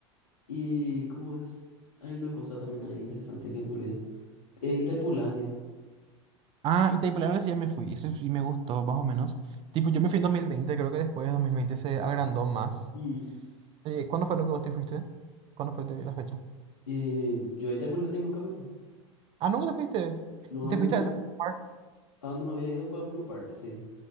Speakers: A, on the left; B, on the right.
A: y ¿cómo es? Hay una cosa también ahí interesante que me olvidó. Eh, Itaipulandia.
B: Ah, y Taipulanera sí ya me fui. Ese sí me gustó, más o menos. Tipo, yo me fui en 2020, creo que después de 2020 se agrandó más.
A: Mm.
B: Eh, ¿cuándo fue lo que vos te fuiste? ¿Cuándo fue te- la fecha?
A: Eh, yo a Itaipulandia nunca me fui.
B: Ah, ¿nunca te fuiste?
A: No,
B: ¿Y
A: a
B: te
A: donde
B: fuiste
A: me,
B: a ese? parque?
A: a donde me había ido fue a Blue Park, sí.